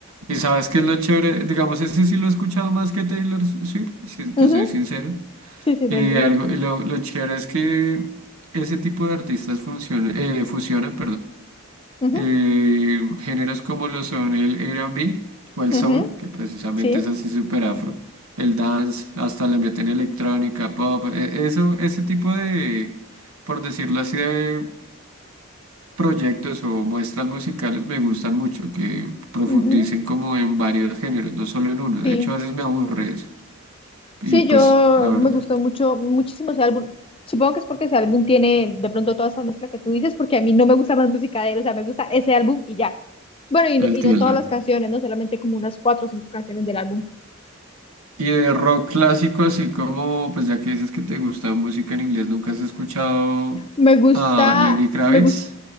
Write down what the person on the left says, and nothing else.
Ujú.
Sí, sí,
tranquilo.
Ujú,
ujú,
Sí,
ujú,
sí.
Sí,
yo
me gustó mucho, muchísimo ese álbum. Supongo que es porque ese álbum tiene de pronto toda esa mezcla que tú dices, porque a mí no me gusta más música de él, o sea, me gusta ese álbum y ya. Bueno, y
no, y no todas las canciones, no solamente como unas cuatro o cinco canciones del álbum.
Me gusta,
me gusta,